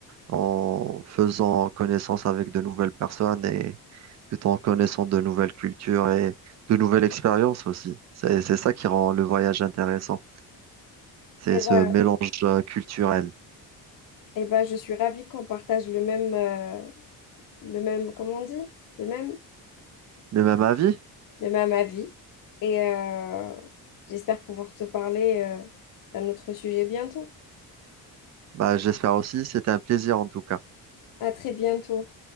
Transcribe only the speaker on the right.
en faisant connaissance avec de nouvelles personnes et tout en connaissant de nouvelles cultures et de nouvelles expériences aussi. C'est, c'est ça qui rend le voyage intéressant. C'est
ce
mélange euh, culturel.
Le même avis?
Bah, j'espère aussi. C'était un plaisir en tout cas.